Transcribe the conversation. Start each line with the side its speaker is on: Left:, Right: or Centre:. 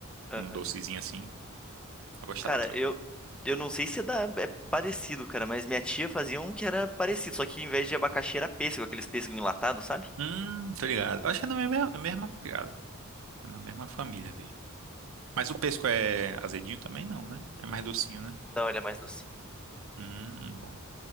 Centre: Aham.
Right: um docezinho assim. Eu gostava
Centre: Cara,
Right: também.
Centre: eu, eu não sei se é, da, é parecido, cara, mas minha tia fazia um que era parecido, só que em vez de abacaxi era pêssego, aqueles pêssego enlatado, sabe?
Right: Hum, tô ligado. Eu Acho que é na mesma, mesma pegada. É na mesma família ali. Mas o pesco é azedinho também não, né? É mais docinho, né?
Centre: Não, ele é mais docinho.
Right: Hum, bom.